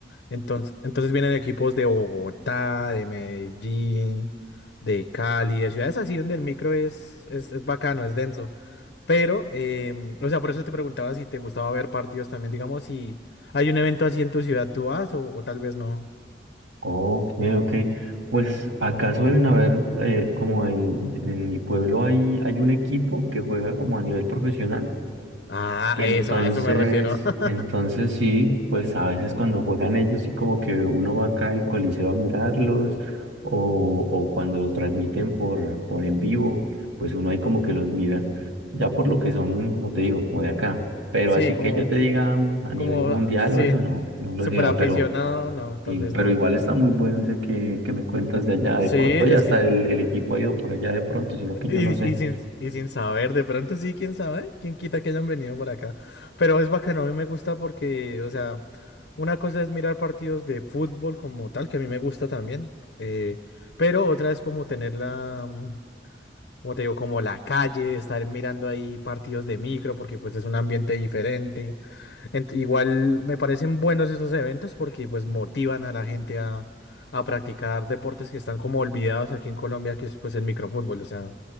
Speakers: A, on the left; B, on the right.
A: Entonces, entonces vienen equipos de Bogotá, de Medellín, de Cali, de ciudades así donde el micro es, es, es bacano, es denso. Pero, em, o sea, por eso te preguntaba si te gustaba ver partidos también, digamos, si hay un evento así en tu ciudad, ¿tú vas o, o tal vez no?
B: Ok, ok. Pues acá suelen haber, eh, como en, en mi pueblo hay, hay un equipo que juega como a nivel profesional
A: Ah,
B: Entonces,
A: eso, a eso me refiero.
B: entonces
A: <laughs>
B: sí, pues a veces cuando juegan ellos sí como que uno va acá al coliseo a mirarlos o, o cuando los transmiten por, por en vivo, pues uno ahí como que los mira, ya por lo que son, como te digo, como de acá. Pero
A: Sí,
B: así
A: como,
B: que yo te diga mm, a
A: como,
B: nivel mundial
A: ah, sí,
B: o eso, no, no lo
A: súper
B: digo,
A: aficionado,
B: pero,
A: no, tal
B: sí,
A: vez
B: pero
A: no.
B: igual está muy bueno ese que, que me cuentas de allá, de
A: Sí,
B: pronto
A: es
B: ya hasta
A: que
B: el, el equipo ha ido por allá de pronto, sino que yo
A: Y,
B: no sé.
A: y sin, y sin saber, de pronto sí, quién sabe, quién quita que hayan venido para acá. Pero es bacano, a mí me gusta porque, o sea, una cosa es mirar partidos de fútbol como tal, que a mí me gusta también, eh, pero otra es como tener la, mm, como te digo, como la calle, estar mirando ahí partidos de micro, porque pues es un ambiente diferente. Ent- igual me parecen buenos esos eventos porque pues motivan a la gente a, a practicar deportes que están como olvidados aquí en Colombia, que es pues el microfútbol. O sea,